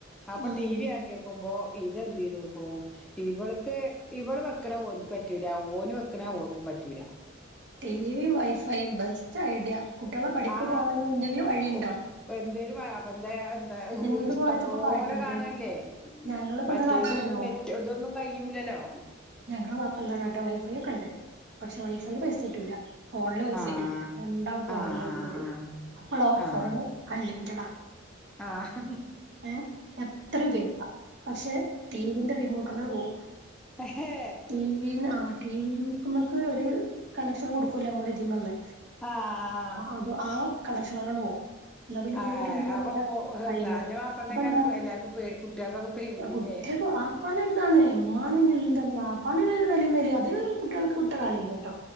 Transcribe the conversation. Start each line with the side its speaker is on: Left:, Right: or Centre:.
Centre: അപ്പൊ
Right: ഉം
Centre: ടി വി വാങ്ങിയപ്പോൾ ക്കുമ്പോ ഇത് എന്ത് ചെയ്തേക്കുണു ഇവള്ക്ക് ഇവള് വെക്കണ ഓന്ക്ക് പറ്റൂല്ലാ ഓന് വെക്കണ ഓൾക്കും പറ്റൂലാ
Right: ടിവിയും വൈഫൈയും ബെസ്റ്റ് ഐഡിയ കുട്ടികളെ പഠിപ്പ്
Centre: ആഹ്
Right: പോവാൻ ഇഞ്ഞി എന്തെങ്കിലും വഴിയുണ്ടോ
Centre: എന്തേലും അപ്പ എന്തേ എന്തേ
Right: എന്ത്
Centre: ഇഷ്ടം
Right: പോയത്തപ്പോ
Centre: പോലെ
Right: കാട്ടിയത്
Centre: കാണ്കല്ലേ
Right: ഞങ്ങളിപ്പോ
Centre: മറ്റേയില്
Right: എന്താ കാട്ടാറിയോ
Centre: നെറ്റ് ഇതൊന്നും കയൂലല്ലോ
Right: ഞങ്ങള വാപ്പ എന്താ കാട്ട്ക വൈഫൈ ഒക്കെ ഉണ്ട് പക്ഷെ വൈഫൈല് പൈസ കേറ്റൂല്ല ഫോണില് പൈസകേറ്റു
Centre: ആഹ്
Right: രണ്ടാള ഫോണിലും
Centre: ആഹ്
Right: പൈസകേറ്റു അപ്പോളോ
Centre: ആഹ്
Right: ഫോണ് അൺലിമിറ്റഡാ
Centre: ആഹ്
Right: ഏഹ് എത്ര ഉപയോഗിക്കാം പക്ഷെ ടി വി ന്റെ റിമോട്ട് അങ്ങോട് പോകും
Centre: എഹേ
Right: ടീ വീ ന്ന് ആഹ് ടീവീന്ന് നമ്മക്ക് ഒരു കണക്ഷൻ കൊടുക്കുവല്ല നമ്മള് ഇതിമ്മെന്ന്
Centre: ആഹ് ആഹ്
Right: അതോ ആ കണക്ഷനാണ് പോ അന്നാ പിന്നെ ഒരുപാട്
Centre: ആഹ്
Right: ടീവി കാണൂല്ല
Centre: അവ
Right: അയ്ന്
Centre: എന്താ അന്റെ മാപ്പിളനേക്കാരം
Right: അപ്പ എന്താ
Centre: എല്ലാർക്കും കുട്ടികൾക്കൊക്കെ പേടില്ലേ
Right: അഹ് കുട്ടികക്ക്‌ വാപ്പാനെ ഒരു ന്താണ് എമ്മാനും പറഞ്ഞ എന്താണ് വാപ്പാണ് നിലയും വിലയും അത് കുട്ടികൾക്ക് വിട്ട കളില്ലട്ടോ